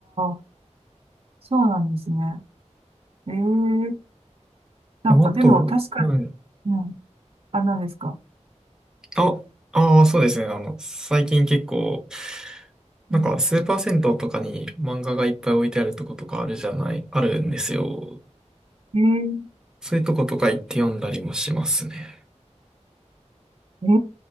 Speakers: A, on the right (about 50°); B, in the centre.
A: あ、そうなんですね。ええなんかでも確かに、
B: あと、うん。
A: うん。あ、何ですか。
B: あ、ああ、そうですね。あの、最近結構、なんか、
A: うん。
B: スーパー銭湯とかに漫画がいっぱい置いてあるとことかあるじゃない、あるんですよ。
A: ええ
B: そういうとことか行って読んだりもしますね。
A: ええ